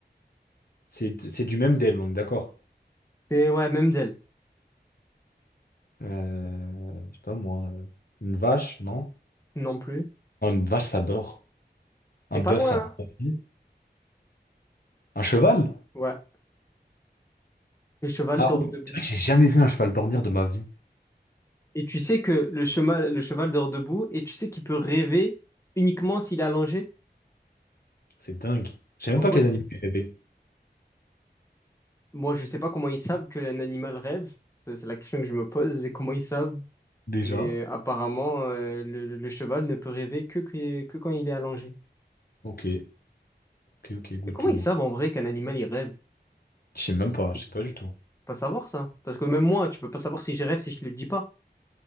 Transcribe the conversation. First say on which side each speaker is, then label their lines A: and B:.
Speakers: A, on the left (about 60°); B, on the left (about 15°).
A: C'est c'est du même DL, on est d'accord.
B: C'est, ouais, même d'elle.
A: Euh, je sais pas moi. euh, Une vache, non?
B: Non plus.
A: Non, une vache, ça dort. Un
B: T'es
A: bœuf,
B: pas loin,
A: ça
B: hein?
A: dort. aussi. Un cheval?
B: Ouais. Le cheval
A: Ah
B: dort
A: oui,
B: debout.
A: c'est vrai que j'ai jamais vu un cheval dormir de ma vie.
B: Et tu sais que le cheval, le cheval dort debout, et tu sais qu'il peut rêver uniquement s'il est allongé?
A: C'est dingue. Je sais même
B: En
A: pas
B: gros,
A: que les
B: c'est-
A: animaux ils rêvaient.
B: moi, je sais pas comment ils savent que un animal rêve. Ça, C'est la question que je me pose, c'est comment ils savent.
A: Déjà.
B: Mais euh, apparemment, euh, le, le cheval ne peut rêver que, que, que quand il est allongé.
A: Ok. Ok, ok, good
B: Mais comment
A: to
B: ils
A: know.
B: savent en vrai qu'un animal, il rêve?
A: Je sais même pas, je sais pas du tout.
B: Pas savoir ça. Parce que même moi, tu peux pas savoir si je rêve si je te le dis pas.